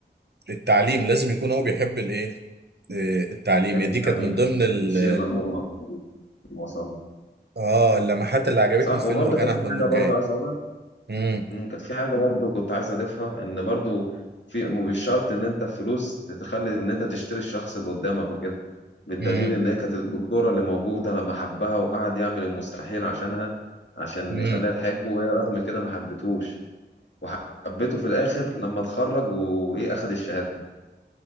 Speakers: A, on the right; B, on the left.
A: التعليم لازم يكون هو بيحب الايه آه، التعليم
B: يحب
A: هي دي
B: التعليم
A: كانت من ضمن ال
B: يحب الشيء اللي هو وصل له.
A: اه اللمحات اللي عجبتني
B: صح
A: في
B: وبرضه
A: فيلم مرجان
B: كانت
A: احمد
B: في حاجه
A: مرجان
B: برضه عايز اقولها
A: امم
B: مم، كانت في حاجه برضه كنت عايز اضيفها ان برضه في مش شرط ان انت فلوس تتخلي ان انت تشتري الشخص اللي قدامك وكده بالدليل
A: امم
B: ان هي كانت الدكتوره اللي موجوده لما حبها وقعد يعمل المستحيل عشانها عشان
A: إمم.
B: يخليها تحبه وهي رغم كده ما حبتهوش وحبته في الاخر لما اتخرج وايه اخد الشهاده